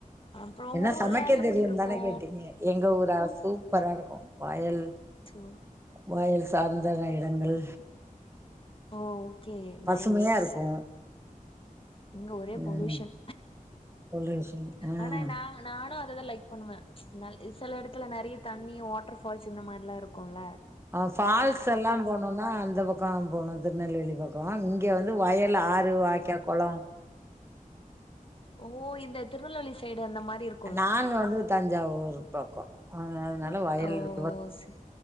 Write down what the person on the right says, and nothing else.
என்ன
சமைக்க
தெரியு
தானே கேட்டீங்க எங்க ஊரா சூ ப்பரா இருக்கு வயல்
வயல் சார்ந்த நெலங்கள்
பசுமையா
இருக்கு
ம் பொல்யூஷன் ஆ
ஆ ஃபால்ஸ் எல்லா போனோனா அந்த பக் பக்கோ போகணு திருநெல்வேலி பக்கோ இங்க வந்து வயல் ஆறு வாய்க்கா கொலோ
நாங்க வந்து தஞ்சாவூர் பக்கோ அதனால வயல்
விவ